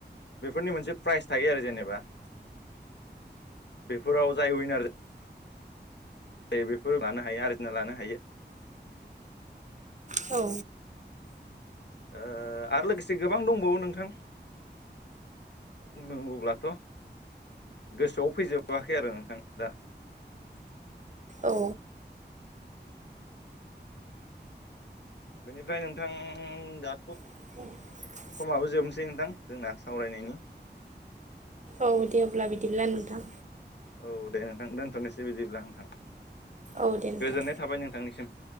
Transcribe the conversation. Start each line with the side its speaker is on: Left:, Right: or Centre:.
Left: बेफोरनि मोनसे प्राइज थायो आरो जेनेबा बेफोराव जाय उइनार यो बेफोर लानो हायो आरजिना लानो हायो।
Right: औ
Left: ओ आरो लोगोसे गोबां दंबावो नोंथां। बुंनांगौब्लाथ' गोसोआव फैजोबाखै आरो नोंथां दा
Right: औ
Left: बेनिफ्राय नोंथां दा
Right: <unintelligible>
Left: समाबो जोबनोसै नोंथां जोंना सावरायनायनि
Right: औ दे अब्ला बिदिब्ला नोंथां।
Left: औ दे नोंथां दोनथ'नोसै बिदिब्ला नोंथां
Right: औ दे नोंथां
Left: गोजोननाय थाबाय नोंथांनिसिम।